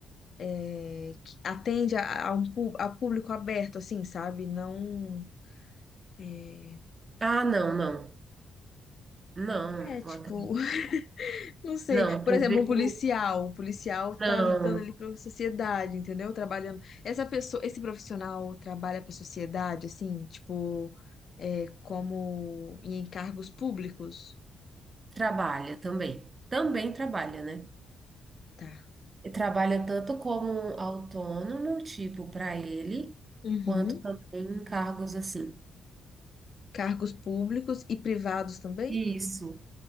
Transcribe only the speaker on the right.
Ah, não, não. Não,
eu acredito-
não,
público
não
trabalha também. Também trabalha, né?
E trabalha tanto como autônomo, tipo, para ele,
quanto também em cargos assim.
Isso.